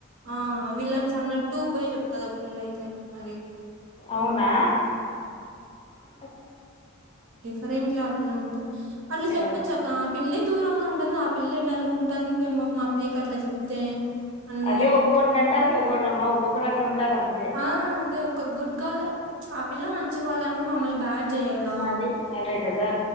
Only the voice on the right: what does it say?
ఆ విలన్స్ అన్నట్ టూ పోయి చెపతాది. ఒక పిల్ల అయితే మరి
అరేంలా, ఆ పిల్లంతా అట్లా చెప్పొచ్చాక
పిల్లే దూరంగా ఉంటుంది. ఆ పిల్లే డల్లుగా ఉంటుంది. మా పైకి అట్లా చెప్తే అన్ని
ఆ అదే ఒకరు గుడ్ కాలర్, ఆ పిల్ల మంచి కావాలని, మమ్మల్ని బ్యాడ్ చేయాలా